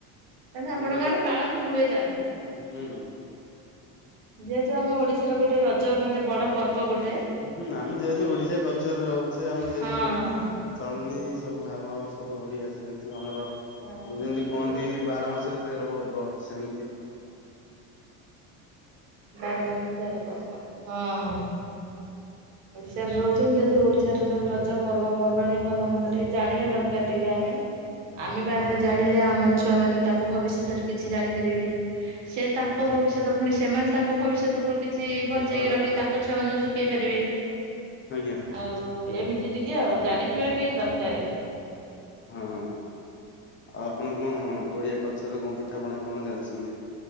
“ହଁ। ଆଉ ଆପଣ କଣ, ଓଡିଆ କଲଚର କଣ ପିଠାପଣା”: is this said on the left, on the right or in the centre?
Left